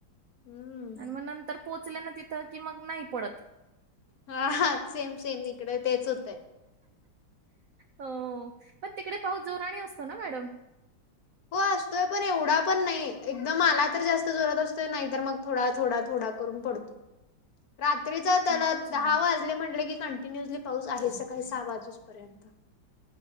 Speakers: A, on the left (about 55°); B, on the right (about 70°).
A: हम्म
B: आणि म नंतर पोचले न तिथं की मग नाही पडत.
A: हा सेम सेम इकडही तेच होतंय.
B: हो पण तिकडे पाऊस जोरानी असतो ना मॅडम
A: हो असतोय पण एवढा पण नाही एकदम आला तर जास्त जोरात असतोय नाहीतर मग थोडा थोडा थोडा करुन पडतोय. रात्रीचं त्याला
B: अच्छा
A: दहा वाजले म्हणटलं की, कन्टिनुअसली पाऊस आहेच सकाळी सहा वाजूसपर्यंत